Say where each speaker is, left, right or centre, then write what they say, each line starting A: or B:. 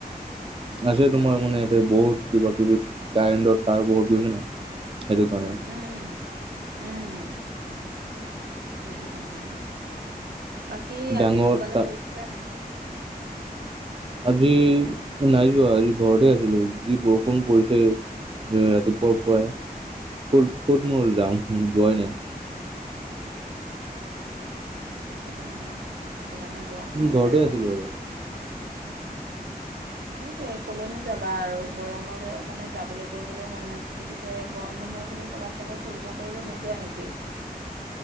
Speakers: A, on the right; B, on the right.
A: আছে তোমাৰ মানে ইয়াতে বহুত কিবা-কিবি কাৰেণ্টৰ তাঁৰবোৰ গৈছে ন সেইটো কাৰণে।
B: উম, উম সেইটো কাৰণে। বাকী
A: ডাঙৰ
B: আজি ক'বালে
A: তা
B: গৈছিলা নি?
A: আজি নাই যোৱা, আজি ঘৰতে আছিলো। যি বৰষুণ পৰিছে। ৰাতিপুৱাৰ পৰাই। ক'ত ক'তনো আৰু যাওঁ যোৱাই নাই।
B: সেইটো কাৰণে <unintelligible> সেইটো কাৰণে যোৱা হোৱা
A: ঘৰতে
B: নাই আৰু।
A: আছিলোঁ
B: সেইটোৱে কলেনো যাবা আৰু গৰমতে মানে যাবলৈ কৰিবলৈও মন না <unintelligible> গৰম বন্ধ বুলি কবাত চাগৈ ফুৰিব কৰিব নোযাৱা নেকি?